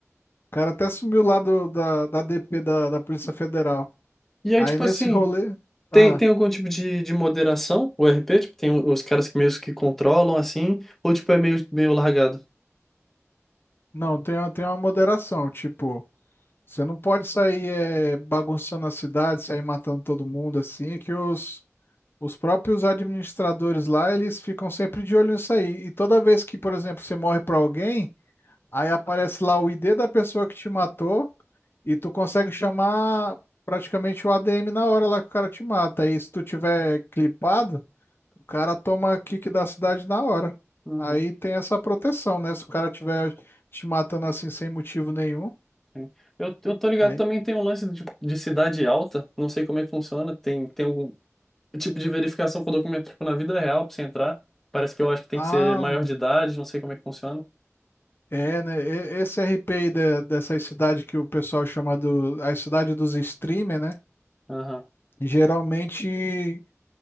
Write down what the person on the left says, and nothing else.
O cara até sumiu lá do, da, da DP da, da Polícia Federal.
Aí
nesse
rolê, ah,
não, tem, uma- tem uma moderação, tipo, você não pode sair eh, bagunçando a cidade, sair matando todo mundo assim, que os, os próprios administradores lá, eles ficam sempre de olho nisso aí. E toda vez que, por exemplo, você morre pra alguém, aí aparece lá o ID da pessoa que te matou e tu consegue chamar praticamente o ADM na hora lá que o cara te mata. E se tu tiver clipado O cara toma kick da cidade na hora.
Aí tem essa proteção, né? Se o cara tiver te matando assim sem motivo nenhum,
aí.
Ah,
é, né? E- Esse RP aí de- dessa cidade que o pessoal chama do, a cidade dos streamer, né?
Geralmente